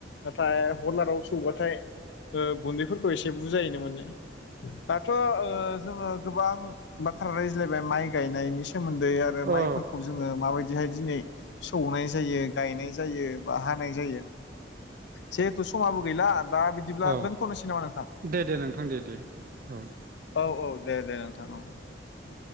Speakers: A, on the left; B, on the right.
A: नाथाय हलाराव सं सौबाथाय ओ गुन्दैफोरखौ एसे बुजायोनो मोनो । दाथ' ओ जोंङो गोबां बाथ्रा रायज्लायबाय माइ गायनायनि सोमोन्दै आरो
B: औ
A: माइफोरखौ
B: औ
A: जोङो माबायदि हाय दिनै सौनाय जायो गायनाय जायो बा हानाय जायो सेहेथु समाबो गैला दा बिदिब्ला
B: औ
A: दोनथ'नोसै नामा नोंथां?
B: दे दे नोंथां दे दे दे औ दे
A: औ औ दे दे नोंथां औ ।